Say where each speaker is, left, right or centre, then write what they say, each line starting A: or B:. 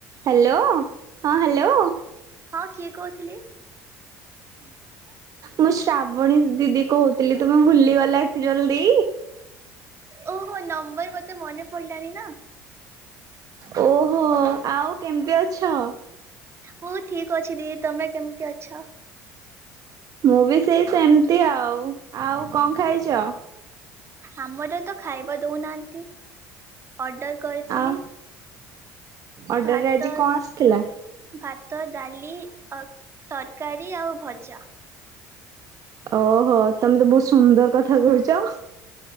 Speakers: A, on the right (about 50°); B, on the right (about 35°).
A: Hello ହଁ hello.
B: ହଁ କିଏ କହୁଥିଲେ?
A: ମୁଁ ଶ୍ରାବଣୀ ଦିଦି କହୁଥିଲି ତୁମେ ଭୁଲିଗଲ ଏତେ ଜଲଦି?
B: ଓହୋ ନମ୍ବର ମତେ ମନେ ପଡିଲାନି ନା।
A: ଓହୋ ଆଉ କେମିତି ଅଛ?
B: ମୁଁ ଠିକ ଅଛି ଦିଦି ତମେ କେମିତି ଅଛ?
A: ମୁଁ ବି ସେଇ ସେମିତି ଆଉ ଆଉ କଣ ଖାଇଛ?
B: ଆମର ତ ଖାଇବା ଦଉନାଆନ୍ତି ଅର୍ଡର କରିଥିଲି।
A: ଆଉ ଅର୍ଡରରେ
B: ଭାତ
A: ଆଜି କଣ ଆସିଥିଲା?
B: ଭାତ, ଡାଲି, ତରକାରୀ ଆଉ ଭଜା।
A: ଓହୋ ତମେ ତ ବହୁତ ସୁନ୍ଦର କଥା କହୁଛ।